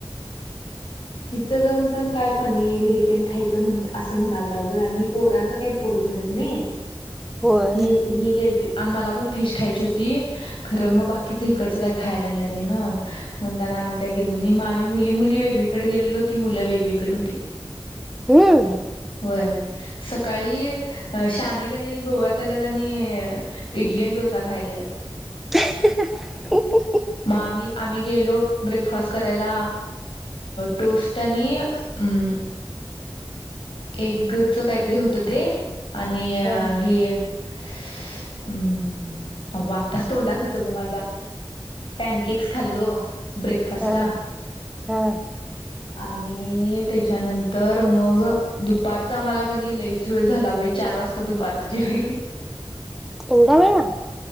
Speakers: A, on the left; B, in the centre.
A: तिथं जाऊन पण काय पनीर हे त्यां खायचं म्ह असं म्हणालघं आणि पोरांचं काही पोट भरत नाही
B: होय
A: हे ही गेलती आम्हाला पण फिश खायची होती खरं मग बाकीच इिकडचं काही खायला मिळाली ना म्हण त्यांना आम्ही काही गेलो आ्ही मुली मुली वेगळीकडे गेलेलो ती मुलं वेगळीकडे होती.
B: हम.
A: होय सकाळी शानि किनाय गोव्यात आल्या आणि इडली डोसा खायला गेलात.
B: <unintelligible>
A: मग आम्ही आम्ही गेलो ब्रेकफास्ट करायला टोस्ट आणि अमंम
B: <unintelligible>
A: एकच काहीतरी होतं ते आणि
B: हा
A: हे हम्म वाटताच तोंडात होतं ब माझ्या पॅनकेक्स खाल्लो ब्रेकफास्ट
B: हा
A: ला
B: हा
A: आणि त्याच्यानंतर मग दुपारच आम्हाला कनी लईच वेळ झाला बाई चार वाजता दुपारचा जेवायलोत
B: एवडा वेळा.